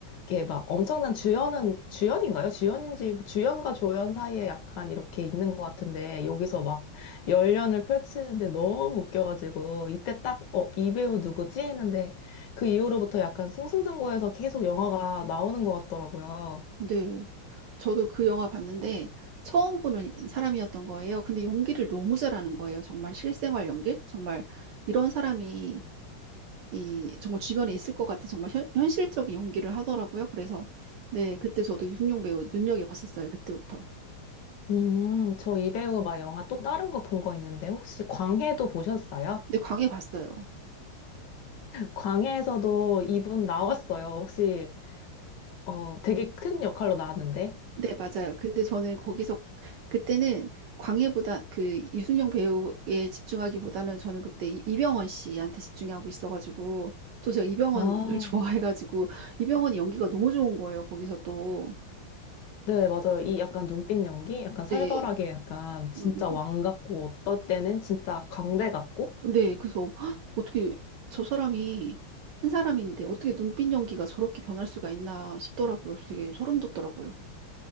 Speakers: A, on the left; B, on the right.
A: 이렇게 막 엄청난 주연은 주연인가요? 주연인지 뭐 주연과 조연 사이에 약간 이렇게 있는 것 같은데 여기서 막 열연을 펼치는데 너무 웃겨가지고 이때 딱 어, 이 배우 누구지? 했는데 그 이후로부터 약간 승승장구해서 계속 영화가 나오는 것 같더라고요.
B: 네. 저도 그 영화 봤는데 처음 보는 사람이었던 거예요. 근데 연기를 너무 잘하는 거예요. 정말 실생활 연기? 정말 이런 사람이 이 정말 주변에 있을 것 같은 정말 현, 실적인 연기를 하더라고요. 그래서 네, 그때 저도 이승용 배우 눈여겨 봤었어요. 그때부터.
A: 음, 저 이 배우 막 영화 또 다른 거 본 거 있는데 혹시 광해도 보셨어요?
B: 근데 광해 봤어요.
A: 광해에서도 이분 나왔어요. 혹시 어 되게 큰 역할로 나왔는데.
B: 네, 맞아요. 근데 저는 거기서 그때는 광해보다 그 유승용 배우에 집중하기보다는 저는 그때 이- 이병헌 씨한테 집중하고 있어가지고 또 제가 이병헌을
A: 아,
B: 네. 좋아해가지고 이병헌이 연기가 너무 좋은 거예요. 거기서 또.
A: 네, 맞아요. 이 약간 눈빛 연기, 약간
B: 네.
A: 살벌하게 약간 진짜
B: 음, 음.
A: 왕 같고 어떨 때는 진짜 광대 같고.
B: 네, 그래서 헉, 어떻게 저 사람이 한 사람인데 어떻게 눈빛 연기가 저렇게 변할 수가 있나 싶더라고요. 그래서 되게 소름 돋더라고요.